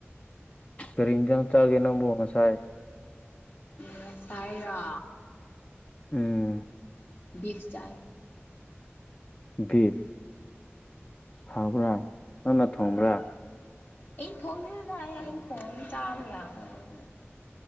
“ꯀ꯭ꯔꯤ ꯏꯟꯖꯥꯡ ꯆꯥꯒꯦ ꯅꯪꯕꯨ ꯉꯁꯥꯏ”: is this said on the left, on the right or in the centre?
Left